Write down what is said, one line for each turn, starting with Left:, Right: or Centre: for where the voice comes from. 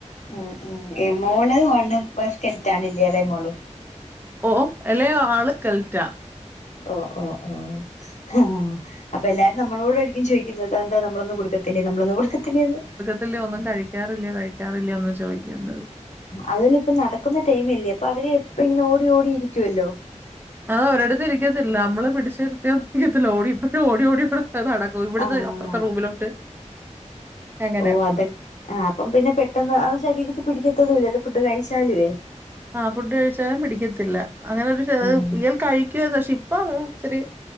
Left: ഉം ഉം മോള് വണ്ണംബസ് കെലിറ്റണ ഇല്ലേ ഇളേ മോള് -
Right: ഓഹ് ഒ എളയാ ള് സ്കെൽറ്റ.
Left: ഓ ഓ ഓ.. ഹാഅപ്പൊ എല്ലാരും നമ്മളോട ആയിരിക്കും ചോദയിക്കുന്നത് എന്താ നമ്മളൊന്നും കൊടുക്കത്തില്ലേ നമ്മളൊന്നും കൊടുക്കത്തില്ലേന്ന്?
Right: ല്ല്യഒന്നും കഴിക്കാറില്ല കഴിക്കാറില്ലോന്ന് ചോദിക്ക്ണ്ടത്.
Left: അവല് ഇപ്പ നടക്കുന്ന ടൈംല്ലേ അപ്പൊ അവര് ഇപ്പ ഇങ്ങനെ ഓടി ഓടിയിരിക്കുവല്ലോ?
Right: ആഹ് ഒരടുത്ത് ഇരിക്കത്തില്ല നമ്മള് പിടിച്ചിരിത്തിയരിക്കത്തില്ല ഓടി ഓടി ഓടിപ് അത്ടക്കു ഇവിടുന്ന്
Left: ആഹ്
Right: അപ്പുറത്തെ റൂമിലോട്ട് അങ്ങനെ
Left: ഓ അതക്ക്ആ അപ്പം പിന്നെ പെട്ടെന്ന് ശരീരത്തി പിടിക്കത്തതുംല്ലല്ലോ ഫുഡ് കഴിച്ചാലുവേ.
Right: ആഹ് ഫുഡ് കഴിച്ചാലും പിടിക്കത്തില്ല അങ്ങനെരു ശഇയൽ
Left: ഉം
Right: കഴിക്കുവ പക്ഷെ ഇപ്പൊരി ഇചിരി